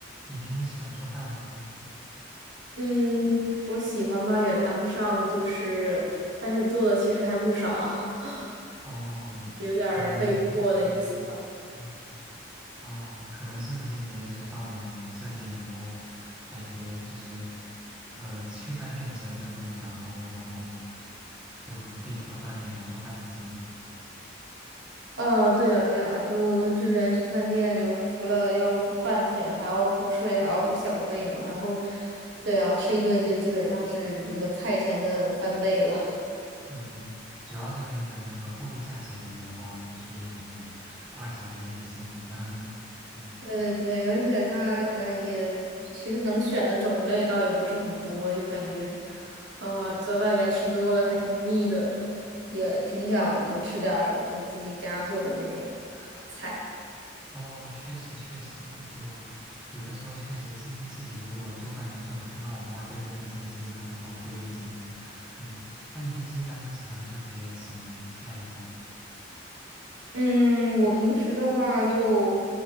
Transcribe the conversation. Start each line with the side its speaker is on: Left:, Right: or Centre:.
Centre: 你平时喜欢做饭吗？
Right: 嗯，我喜欢吧，也谈不上，就是，但是做的其实还不少，<laughs>
Centre: 哦，
Right: 有点儿被迫的意思吧。
Centre: 可能你，嗯嗯，哦，可能是不是因为就是到了这边以后，感觉就是，呃，去饭店的成本会比较高，然后就很被迫锻炼了做饭的技能。
Right: 呃，对呀，对呀，就这边去饭店，就除了要付饭钱，还要付税，还要付小费嘛。然后，对啊，吃一顿就基本上是那个菜钱的翻倍了。
Centre: 嗯，主要这边的那个货币价值也比较高嘛，所以感觉花起来还是有点心疼的。<laughs> 嗯。
Right: 对对对，而且它嗯也其实能选的种类倒也不是很多，就感觉，呃，在外面吃多了还挺腻的，也挺想就吃点儿就自己家做的那种菜。
Centre: 哦，确实确实的，就有的时候确实自己自己如果做饭能做的很好的话，在这边真的是一个很宝贵的技能。嗯，那你平时一般都喜欢做些什么菜呀？
Right: 嗯，我平时的话就